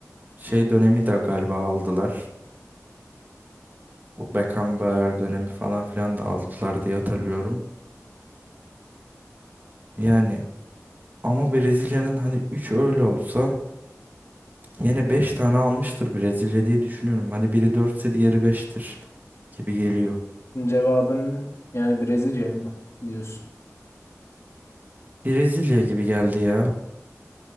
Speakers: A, on the right (about 35°); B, on the left (about 60°).
A: Şey dönemi de galiba aldılar. Bu Beckenbauer dönemi falan filan da aldılar diye hatırlıyorum. Yani ama Brezilya'nın hani 3 öyle olsa yine 5 tane almıştır Brezilya diye düşünüyorum. Hani biri 4'se diğeri beştir gibi geliyor.
B: Cevabın yani Brezilya mı diyorsun?
A: Brezilya gibi geldi ya.